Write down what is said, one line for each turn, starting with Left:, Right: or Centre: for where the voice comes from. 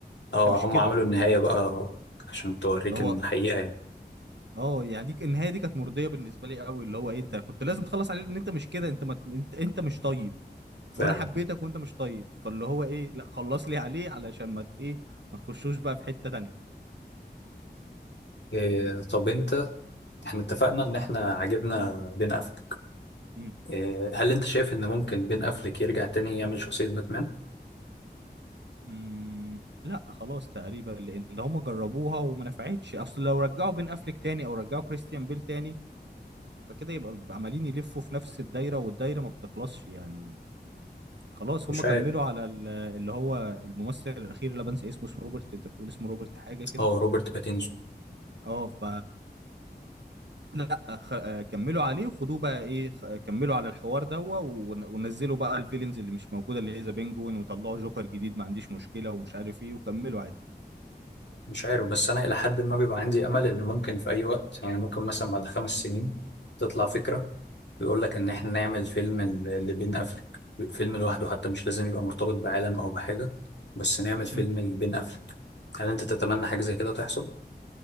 Left: اه
Right: انت مش
Left: هم
Right: كده
Left: عملوا النهايه بقى عشان توريك
Right: اللي هو
Left: إن الحقيقه يعني
Right: اه يعني دي النهايه دي كانت مرضيه بالنسبه لي قوي اللي هو إيه انت كنت لازم تخلص عليه ان انت مش كده انت ما... انت انت مش طيب
Left: فعلا
Right: وانا حبيتك وانت مش طيب فاللي هو ايه لا خلص لي عليه علشان ما ت- ايه ما نخشوش بقى في حته تانيه
Left: إيه طب انت احنا اتفقنا ان احنا عجبنا بين افلك
Right: مم.
Left: إيه هل انت شايف ان ممكن بين افلك يرجع تاني يعمل شخصيه باتمان
Right: مم. لا خلاص تقريبا لان هم جربوها وما نفعتش اصل لو رجعوا بين افليك تاني او رجعوا كريستيان بيل تاني فكده يبقى بيبقى عمالين يلفوا في نفس الدايره والدايره ما بتخلصش يعني خلاص
Left: مش
Right: هم كملوا
Left: عارف
Right: على ال- اللي هو الممثل الاخير اللي بنسى اسمه اسمه روبرت انت بتقول اسمه روبرت حاجه كده
Left: اه روبرت باتينسون
Right: اه ف لا خ... آه، كملوا عليه وخدوه بقى ايه خ... آه، كملوا على الحوار ده ون... ونزلوا بقى الفيلنز اللي مش موجوده اللي هي ذا بينجوين وطلعوا جوكر جديد ما عنديش مشكله ومش عارف ايه وكملوا عادي
Left: مش عارف بس انا الى حد ما بيبقى عندي امل ان ممكن في اي وقت يعني ممكن مثلا بعد خمس سنين تطلع فكره بيقول لك ان احنا نعمل فيلم ل- لبين افلك فيلم لوحده حتى مش لازم يبقى مرتبط بعالم او بحاجه بس نعمل فيلم
Right: مم.
Left: لبين افلك هل انت تتمنى حاجه زي كده تحصل